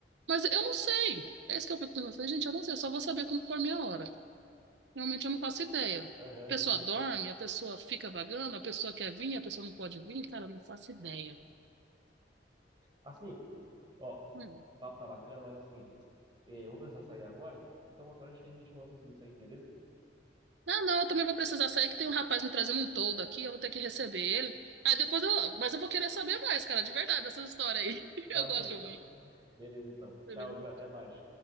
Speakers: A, on the right (about 75°); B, on the right (about 25°).
A: Mas eu não sei. É isso que eu fico pensando. Eu falei, Gente, eu não sei, eu só vou saber quando for minha hora. Realmente eu não faço ideia. A
B: aham,
A: pessoa
B: entendi.
A: dorme, a pessoa fica vagando, a pessoa quer vir, a pessoa não pode vir. Cara, eu não faço ideia.
B: Assim, ó,
A: Hum.
B: o papo tá bacana, mas assim, eh, eu vou precisar sair agora. Então, outra hora a gente termina de conversar sobre isso aí, beleza?
A: Não, não, eu também vou precisar sair, que tem um rapaz me trazendo um toldo aqui, eu vou ter que receber ele. Aí depois eu. Mas eu vou querer saber mais, cara, de verdade, essas histórias aí. <laughs> Eu
B: Tá bom
A: gosto
B: então.
A: de ouvir.
B: Beleza, então.
A: Beleza.
B: Tchau, viu? Até mais.